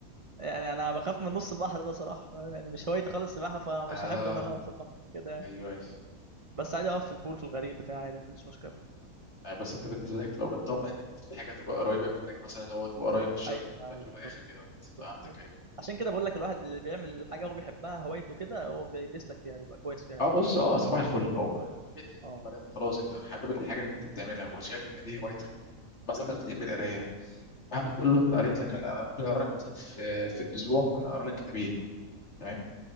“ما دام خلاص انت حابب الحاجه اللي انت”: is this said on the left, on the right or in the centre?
Left